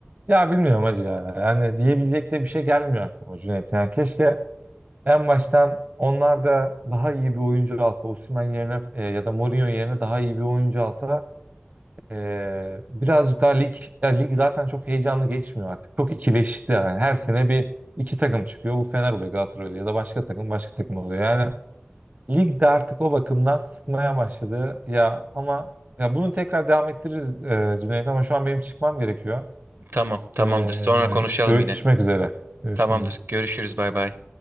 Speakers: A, on the right (about 40°); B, on the right (about 65°).
A: Ya bilmiyorum hacı ya. Yani diyebilecek de bir şey gelmiyor aklıma Cüneyt. Yani keşke en baştan onlar da daha iyi bir oyuncu alsa, Osimhen yerine e, ya da Mourinho yerine daha iyi bir oyuncu alsa ee, birazcık daha lig, ya lig zaten çok heyecanlı geçmiyor artık. Çok ikileşti yani. Her sene bir iki takım çıkıyor. Bu Fener oluyor, Galatasaray oluyor ya da başka takım başka takım oluyor. Yani lig de artık o bakımdan sıkmaya başladı. Ya ama ya bunu tekrar devam ettiririz e, Cüneyt ama şu an benim çıkmam gerekiyor.
B: Tamam, tamamdır.
A: Ee,
B: Sonra konuşalım
A: görüşmek
B: yine.
A: üzere. Görüşmek
B: Tamamdır.
A: üzere.
B: Görüşürüz. Bay bay.